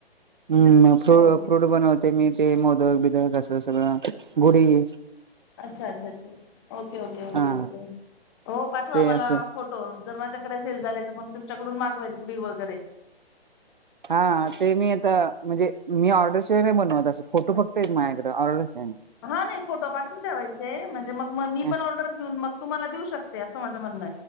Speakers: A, on the right (about 50°); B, on the left (about 25°).
A: हम्म फ्रू
B: हो
A: फ्रूट बनवते, मी ते मोदक बिदक असं सगळं. तेच
B: अच्छा अच्छा ठीक ए ओके ओके ओके
A: हा
B: ओके हो पाठवा
A: ते
B: मला
A: असं
B: फोटो, जर माझ्या कडे सेल झाले तर, मग मी तुमच्याकडून मागवेल गुढी वगैरे.
A: हा ते, मी आता म्हणजे मी ऑर्डरशिवाय नाही बनवत आसं. फोटो फक्त हायत माझ्याकड फक्त ऑर्डर द्या.
B: हा नाही, फोटो पाठवून ठेवायचे म्हणजे मग म मी
A: हा
B: पण ऑर्डर घेऊन, मग तुम्हाला देऊ शकते अस. अस माझं म्हणणं